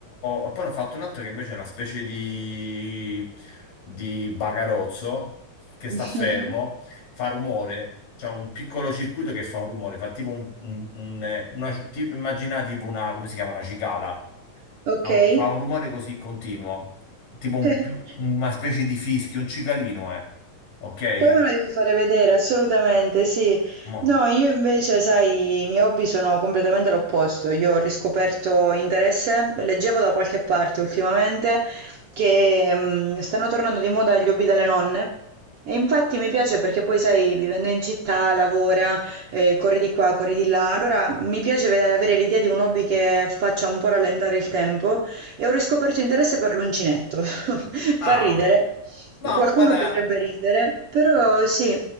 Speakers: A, on the left (about 85°); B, on the right (about 60°).
A: e poi ne ho fatto un altro che invece è una specie di, di bagarozzo che sta
B: Mh-mh.
A: fermo, fa rumore, c'è un piccolo circuito che fa un rumore, fa tipo un, un- un- eh, una, tipo, immagina tipo una, come si chiama, una cicala,
B: Okay.
A: fa un fa un rumore così continuo tipo un
B: <laughs>
A: piu- una specie di fischio, un cicalino, eh. Ok?
B: Poi me lo devi fare vedere, assolutamente, sì.
A: Mo-
B: No, io invece, sai, i miei hobby sono completamente l'opposto. Io ho riscoperto interesse, leggevo da qualche parte ultimamente che mm, stanno tornando di moda gli hobby delle nonne. E infatti mi piace perché poi, sai, vivendo in città, lavora, eh, corri di qua, corri di là. Allora mi piace ve- avere l'idea di un hobby che faccia un po' rallentare il tempo e ho riscoperto interesse per l'uncinetto. <laughs>
A: Ah,
B: Fa ridere,
A: ma
B: qualcuno
A: guarda,
B: potrebbe ridere, però sì,